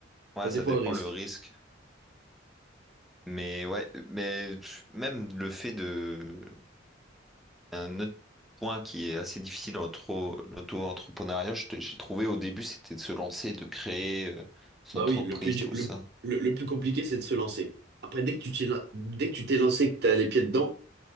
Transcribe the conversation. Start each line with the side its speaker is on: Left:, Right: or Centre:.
Centre: Ouais,
Right: Ça dépend
Centre: ça dépend
Right: le risque.
Centre: le risque. Mais ouais, mais pff, même le fait de... Un autre point qui est assez difficile dans l'auto- l'auto-entrepreneuriat, je t- j'ai trouvé au début, c'était de se lancer, de créer euh, son
Right: Bah
Centre: entreprise,
Right: oui, le plus, du-
Centre: tout
Right: le,
Centre: ça.
Right: le, le plus compliqué, c'est de se lancer. Après, dès que tu t'es, la- dès que tu t'es lancé, que tu as les pieds dedans,